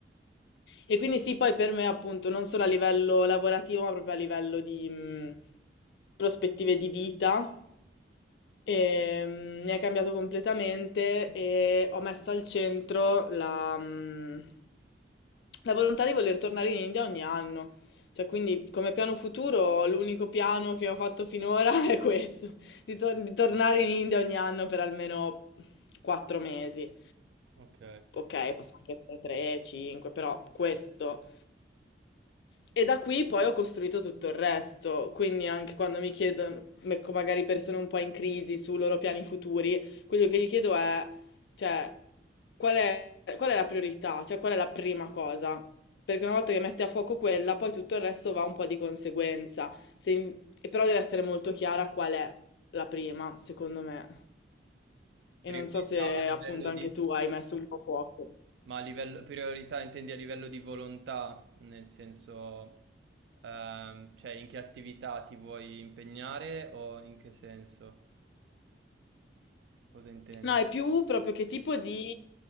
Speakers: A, on the left; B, on the right.
A: E quindi sì, poi per me appunto non solo a livello lavorativo, ma proprio a livello di, mh, prospettive di vita, ehm, mi ha cambiato completamente e ho messo al centro la, mm, la volontà di voler tornare in India ogni anno. Cioè, quindi come piano futuro, l'unico piano che ho fatto finora <laughs> è questo, di, tor- di tornare in India ogni anno per almeno quattro mesi.
B: Ok,
A: Ok, possono anche essere tre, cinque, però questo. E da qui poi ho costruito tutto il resto, quindi anche quando mi chiedono, ecco, magari persone un po' in crisi sui loro piani futuri, quello che gli chiedo è, cioè, qual è, qual è la priorità, cioè qual è la prima cosa? Perché una volta che metti a fuoco quella, poi tutto il resto va un po' di conseguenza, Se in- e però deve essere molto chiara qual è la prima, secondo me.
B: Priorità
A: E non so se
B: a
A: appunto
B: livello
A: anche
B: di...
A: tu hai messo un po' a fuoco.
B: Ma a livello... priorità intendi a livello di volontà, nel senso, ehm, cioè in che attività ti vuoi impegnare o in che senso? Cosa intendi?
A: No, è più proprio che tipo di...